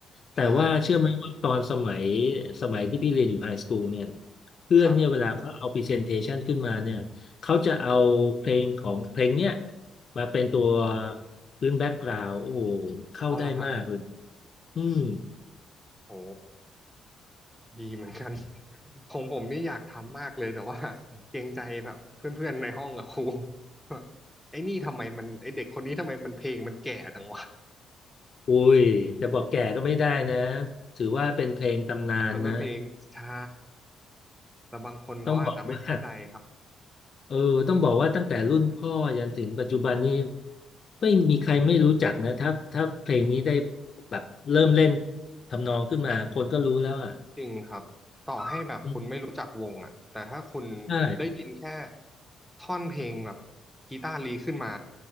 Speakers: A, on the left; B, in the centre.
A: แต่ว่าเชื่อไหมว่าตอนสมัย
B: ใช่
A: สมัยที่พี่เรียนอยู่ไฮสคูลเนี่ยเพื่อนเนี่ยเวลาเขาเอาพรีเซนเทชันขึ้นมาเนี่ยเขาจะเอาเพลงของเพลงเนี่ย
B: ครับ
A: มาเป็นตัวพื้นแบ็กกราวด์โอ้โหเข้าได้มากเลย
B: อ๋อเหรอฮะ
A: อืม
B: โหดีเหมือนกัน <laughs> ของผมนี่อยากทำมากเลยแต่ว่าเกรงใจแบบเพื่อนๆในห้องกับครูว่าไอ้นี่ทำไมมันไอ้เด็กคนนี้ทำไมมันเพลงมันแก่จังวะ
A: อุ้ยจะบอกแก่ก็ไม่ได้นะถือว่าเป็นเพลงตำนานนะ
B: มันเป็นเพลงใช่แต่บางคนเขาอาจจะไม่เข้าใจครับ
A: ต้องบอกว่า <laughs> เออต้องบอกว่าตั้งแต่รุ่นพ่อยันถึงปัจจุบันนี้ไม่มีใครไม่รู้จักนะถ้าถ้าเพลงนี้ได้แบบเริ่มเล่นทำนองขึ้นมาคนก็รู้แล้วอ่ะ
B: จริงครับต่อให้แบบคุณไม่รู้จักวงอ่ะแต่ถ้าคุณ
A: อืมใช่
B: ได้ยินแค่ท่อนเพลงแบบกีตาร์ลีขึ้นมา